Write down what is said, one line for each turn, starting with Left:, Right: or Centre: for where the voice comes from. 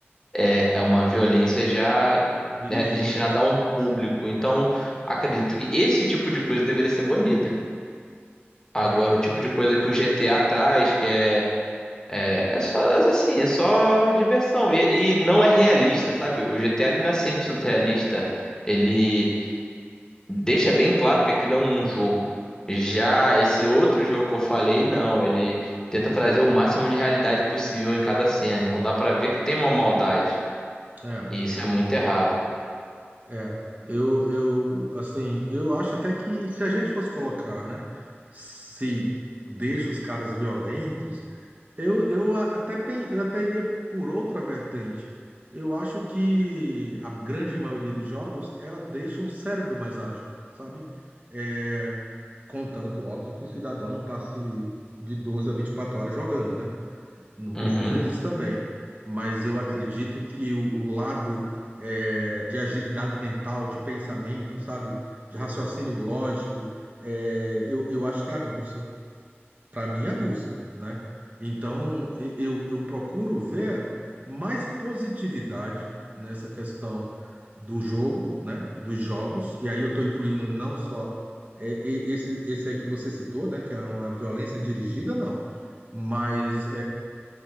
Left: É, é uma violência já,
Right: Dirigida.
Left: né, destinada a um público. Então, acredito que esse tipo de coisa deveria ser banida. Agora,
Right: É,
Left: o tipo de coisa que o GTA traz, que é É, é só, é assim, é só diversão. E, e não é realista, sabe? O G GTA ele não é 100% realista. Ele deixa bem claro que aquilo é um jogo. Já esse outro jogo que eu falei, não. Ele tenta trazer o máximo de realidade possível em cada cena. Então dá pra ver que tem uma maldade.
Right: é,
Left: E isso é muito errado.
Right: é. Eu, eu, assim, eu acho até que se a gente fosse colocar, né, se deixa os caras violentos, eu, eu a- até, pen- eu até iria por outra vertente. Eu acho que a grande maioria dos jogos, ela deixa um cérebro mais ágil, sabe? É, contanto, óbvio, que o cidadão não passe de 12 a 24 horas jogando, né? Não precisa
Left: Uhum,
Right: disso também, mas eu acredito que o, o lado eh, de agilidade mental, de pensamento, sabe, de raciocínio lógico, eh, eu, eu acho que é aguça, para mim é aguça, né? Então e- eu, eu procuro ver mais positividade nessa questão do jogo, né? Dos jogos, e aí eu estou incluindo não só eh, e- esse, esse aí que você citou, né? Que é uma violência dirigida, não. Mas